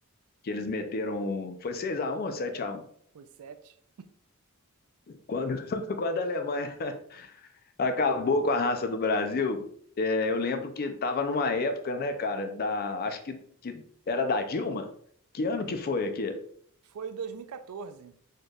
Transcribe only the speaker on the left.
que eles meteram. um, Foi seis a um ou sete a um
Quando, <laughs> quando a Alemanha acabou com a raça do Brasil, é, eu lembro que estava numa época, né, cara, da, acho que, que era da Dilma. Que ano que foi aquele?